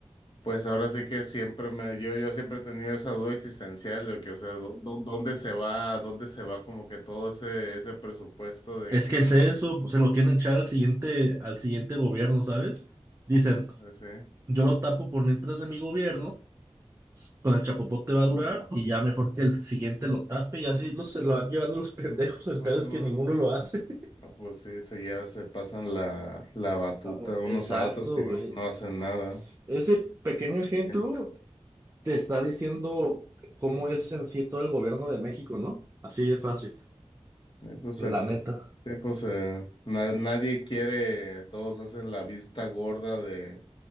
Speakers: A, on the left; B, on the right.
A: Pues ahora sí que siempre me... Yo, yo siempre he tenido esa duda existencial de que, o sea, dó- dó- ¿dónde se va? ¿Dónde se va como que todo ese, ese presupuesto de
B: Es
A: que...
B: que es eso, pues, se lo quieren echar
A: Pues
B: al
A: sí,
B: siguiente, al siguiente gobierno, ¿sabes? Dicen,
A: pues, pues sí.
B: yo lo tapo por mientras de mi gobierno, con el chapopote va a durar, y ya mejor que el siguiente lo tape, y así los, se lo van llevando los <laughs> pendejos,
A: Mm,
B: el
A: No,
B: pedo
A: no.
B: es que ninguno
A: no.
B: lo hace.
A: Ah, pues sí, se, ya se pasan la, la batuta
B: <laughs>
A: unos
B: Exacto,
A: a otros y no,
B: güey.
A: no hacen nada.
B: Ese pequeño ejemplo
A: ¿Qué?
B: te está diciendo cómo es en sí todo el gobierno de México, ¿no? Así de fácil,
A: Eh, pues, se-
B: la
A: se-
B: neta.
A: sí, pues, eh, na- nadie quiere, todos hacen la vista gorda de,